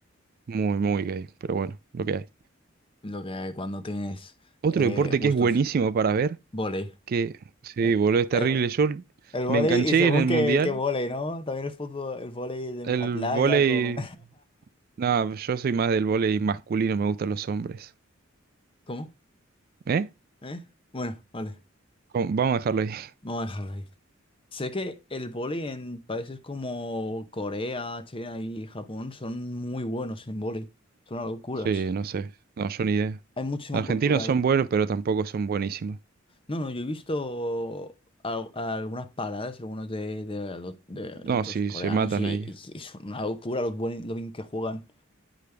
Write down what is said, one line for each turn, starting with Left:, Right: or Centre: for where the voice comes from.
Right: muy, muy gay. Pero bueno, lo que hay.
Left: lo que cuando tienes
Right: Otro
Left: eh,
Right: deporte
Left: gustos,
Right: que es buenísimo para ver
Left: vóley.
Right: Que sí,
Left: Eh,
Right: boludo, es terrible.
Left: eh,
Right: Yo
Left: El vóley,
Right: me enganché
Left: y según
Right: en el
Left: qué,
Right: mundial.
Left: qué vóley, ¿no? También el fútbol, el vóley de
Right: El
Left: la playa
Right: vóley.
Left: con...
Right: No, yo soy más del vóley masculino, me gustan los hombres.
Left: <laughs> ¿Cómo?
Right: ¿Eh?
Left: ¿Eh? Bueno, vale,
Right: ¿Cómo? Vamos a dejarlo ahí. <laughs>
Left: vamos a dejarlo ahí. Sé que el vóley en países como Corea, China y Japón son muy buenos en vóley. Son una locura.
Right: Sí, no sé. No, yo ni idea.
Left: Hay muchísima
Right: Los
Left: cultura
Right: argentinos
Left: ahí.
Right: son buenos, pero tampoco son buenísimos.
Left: No, no, yo he visto al- algunas paradas, algunos de, de, lo- de
Right: No,
Left: estos
Right: sí,
Left: coreanos
Right: se matan
Left: y,
Right: ahí.
Left: y- y son una locura los vóley- lo bien que juegan.